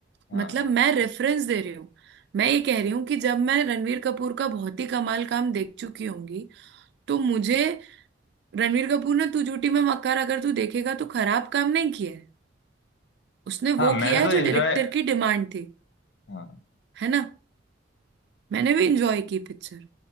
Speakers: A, on the left (about 60°); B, on the right (about 60°).
A: हाँ
B: मतलब मैं रेफरेंस दे रही हूँ मैं ये कह रही हूँ कि जब मैं रणवीर कपूर का बहुत ही कमाल काम देख चुकी होंगी तो मुझे रणवीर कपूर ने तू झूठी मैं मक्कार अगर तू देखेगा तो खराब काम नहीं किया है उसने
A: हाँ
B: वो
A: मैंने
B: किया है
A: तो
B: जो
A: एंजॉय
B: डायरेक्टर की डिमांड थी
A: हाँ
B: है ना मैंने भी इंजॉय की पिक्चर